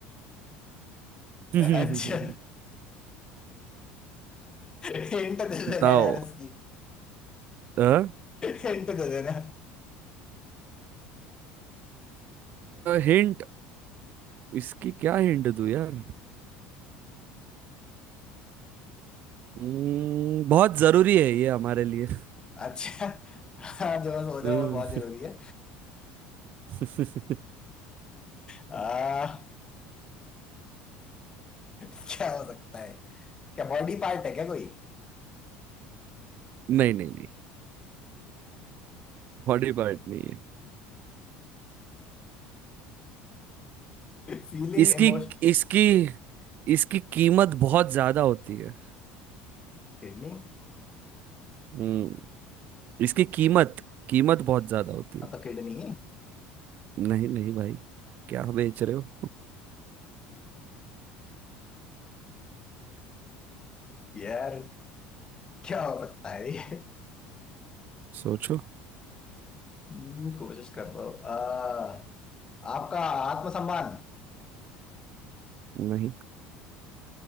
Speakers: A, on the right (about 45°); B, on the left (about 20°).
A: <laughs>
B: अच्छा हिंट दे
A: बताओ
B: देना यार इसकी
A: अ?
B: हिंट दे देना
A: हिंट इसकी क्या हिंट दूं यार हम्म, बहुत जरूरी है ये हमारे लिए
B: अच्छा हाँ जो मैं सोच रहा
A: हम्म,
B: हूँ वो बहुत जरूरी है
A: <laughs>
B: आ, क्या हो सकता है क्या बॉडी पार्ट है क्या कोई
A: नहीं नहीं नहीं बॉडी पार्ट नहीं
B: Feeling
A: इसकी
B: emotion
A: इसकी इसकी कीमत बहुत ज्यादा होती है
B: किडनी हाँ
A: हम्म इसकी कीमत कीमत बहुत ज्यादा होती है
B: तो किडनी
A: नहीं नहीं भाई क्या बेच रहे हो
B: यार क्या हो सकता है ये
A: सोचो
B: हम्म, कोशिश कर रहा हूँ आ, आपका आत्मसम्मान
A: नहीं